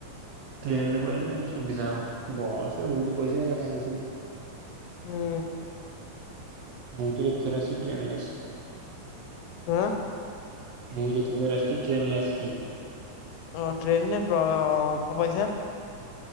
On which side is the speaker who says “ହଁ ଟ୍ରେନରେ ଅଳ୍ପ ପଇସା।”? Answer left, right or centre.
Left